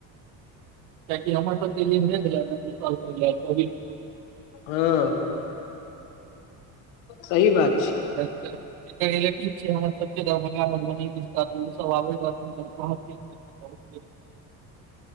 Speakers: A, on the right; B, on the left.
A: कि हमर त पल उसाल पलबी
B: ह सही बात छै
A: रेटिव छै हमर सभ दरभंगा मधुबनी विस्त सभबे <unintelligible>